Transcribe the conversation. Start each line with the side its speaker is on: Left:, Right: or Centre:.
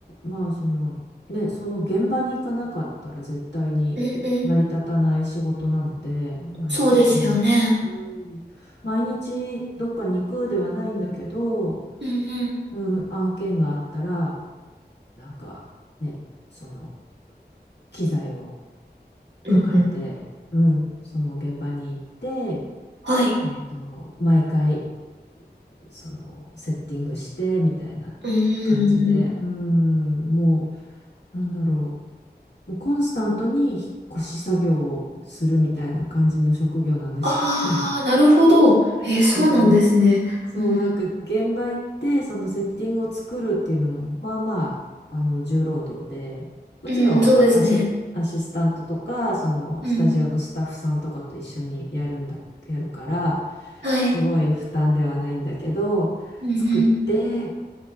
Left: まあそのね、その現場に行かなかったら絶対に成り立たない仕事なので、
Right: うんうん。
Left: まあ、
Right: そうですよね。
Left: なんだろう、うん、毎日どっかに行くではないんだけど、
Right: うんうん。
Left: うん、案件があったら、なんかね、その機材を
Right: うんうん。
Left: 抱えて、うん、その現場に行って、
Right: はい。
Left: えっと、毎回そのセッティングしてみたいな
Right: うんうんうん。
Left: 感じで、うーん、もう、なんだろう、もうコンスタントに引っ越し作業をするみたいな感じの職業なんですよね。
Right: あー、なるほど。えー、
Left: そう、
Right: そうなんですね。
Left: そう、
Right: うん
Left: なんか現場行って、そのセッティングを作るっていうのも、まあまあ、あの、重労働で、もちろんあアシ、
Right: うん。うん、そうですね。
Left: アシスタントとか、その、
Right: うん。
Left: スタジオのスタッフさんとかと一緒にやるんだ、やるから、
Right: はい。
Left: すごい負担ではないんだけど、
Right: うんうん。
Left: 作って、